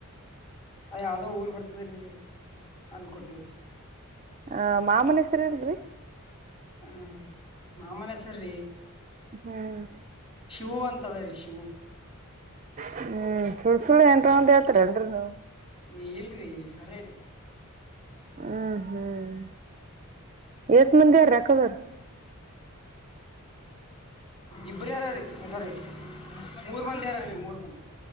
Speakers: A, on the left; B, on the right.
A: ಅದ ಯಾವದೋ ಊರ್ ಬರ್ತದೆ ರೀ ಅಲ್ಕೊಟ್ಟವ್ರಿ
B: ಅ ಮಾಮನೇಶ್ವರ ಏಲ್ರಿ
A: ಹ್ಮ ಮಾಮನ್ ಹೆಸ್ರ್
B: ಹ್ಮ್.
A: ಶಿವವು ಅಂತದ ರೀ ಶಿವು.
B: ಹ್ಮ್ ಸುಳ್ ಸುಳ್ಳ ಏನ್ರ ಒಂದು ಯತ್ರರಲ್ರಿನು.
A: ಏ ಇಲ್ರಿ ಖರೇರಿ.
B: ಹ್ಮ್ ಹ್ಮ್ ಎಷ್ಟ ಮಂದಿ ಯಾರ ರಕದಾರ.
A: ಇಬರು ಯಾರಾರ ಸಾರಿ. ಮೂರ್ ಮಂದಿ ಯಾರ ರ ಮೂರ್ ಮಂದಿ.